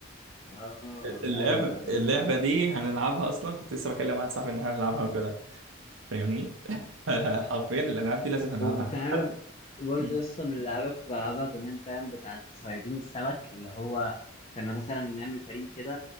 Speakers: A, on the left; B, on the right.
A: اه
B: اللعبه
A: ايوه ايوه
B: اللعبه
A: عارف
B: دي هنلعبها اصلا كنت لسه بكلم واحد صاحبي ان احنا هنلعبها وكده فاهمني <laughs> حرفيا الالعاب دي لازم هنلعبها
A: وانت عارف
B: حتى
A: برضه
B: مم.
A: قصة من الألعاب كنت بلعبها زمان فاهم بتاعت صيادين السمك اللي هو كنا مثلا نعمل فريق كده